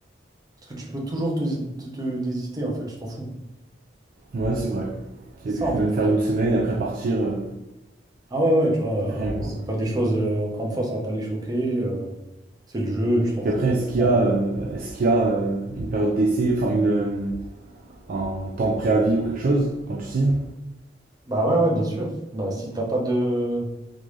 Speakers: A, on the right (about 20°); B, on the right (about 50°).
A: Parce que tu peux toujours te, te- te désister, en fait. Tu t'en fous.
B: Ouais, c'est vrai.
A: C'est
B: Et puis,
A: ça,
B: je
A: en
B: peux
A: fait,
B: même faire
A: le truc.
B: une semaine, après partir, euh,
A: Ah ouais, ouais, tu vois,
B: ça fait rien,
A: euh,
B: quoi.
A: ouais, c'est pas des choses, euh, encore une fois, ça va pas les choquer. euh, c'est le jeu, tu t'en
B: Puis
A: fous
B: après,
A: complètement.
B: est-ce qu'il y a, euh, est-ce qu'il y a euh, une période d'essai, enfin, une, euh, un temps de préavis ou quelque chose quand tu signes?
A: Bah ouais, ouais, bien sûr. Bah, si t'as pas de.